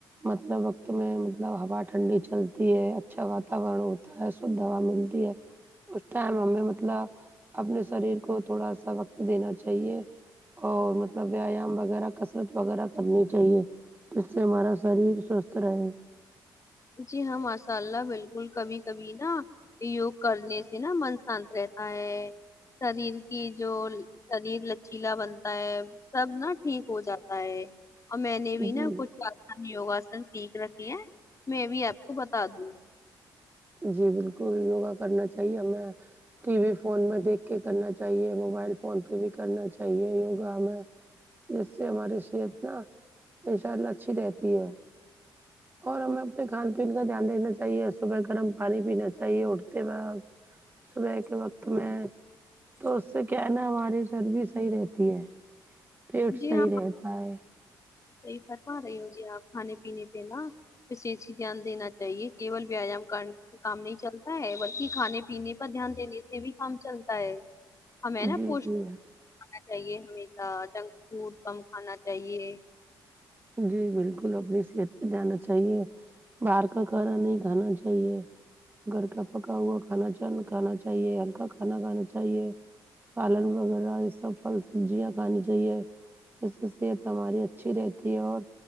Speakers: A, on the right; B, on the left.
A: مطلب وقت میں مطلب ہوا ٹھنڈی چلتی ہے اچھا واتاورن ہوتا ہے شدھ ہوا مل ہے اس ٹائم ہمیں مطلب اپنے سریر کو تھوڑا سا وقت دینا چاہیے اور مطلب ویایام وغیرہ کثرت وغیرہ کرنی چاہیے جس سے ہمارا شریر سوستھ رہے
B: جی ہاں ماشاء اللہ بالکل کبھی کبھی نا یوگ کرنے سے نا من شانت رہتا ہے شریر کی جو شریر لچیلا بنتا ہے سب نا ٹھیک ہو جاتا ہے اور میں نے بھی
A: جی
B: نا کچھ آسان یوگاسن سیکھ رکھے ہیں میں بھی آپ کو بتا دوں گی
A: جی بالکل یوگا کرنا چاہیے ہمیں ٹی وی فون میں دیکھ کے کرنا چاہیے موبائل فون پہ بھی کرنا چاہیے یوگا ہمیں جس سے ہماری صحت نہ ان شاء اللہ اچھی رہتی ہے اور ہمیں اپنے کھان پین کا دھیان دیکنا چاہیے صبح گرم پانی پینا چاہیے اٹھے بعد صبح کے وقت میں تو اس سے کیا ہے نہ ہماری سر بھی صحیح رہتی ہے پیٹ
B: جی
A: صحیح
B: ہاں
A: رہتا ہے
B: صحیح فرما رہی ہو جی آپ کھانے پینے پہ نہا اسے ہی دھیان دینا چاہیے کیول ویایام کرنے سے کام نہیں چلتا تا ہے بلکی کھانے پینے پر دھیان دینے سے بھی کام چلتا ہے ہمیں نا
A: جی
B: پوش
A: جی
B: کھانا چاہیے ہمیشہ جنگ فوڈ کم کھانا چاہیے
A: جی بالکل اپنی صحت پے جانا چاہیے باہر کا کھانا نہیں کھانا چاہیے گھر کا پکا ہوا کھانا جن کھانا چاہیے ہلکا کھانا کھانا چاہیے سالن وغیرہ یہ سب پھل سبزیاں کھانی چاہیے جس سے صحت ہماری اچھی رہتی ہے اور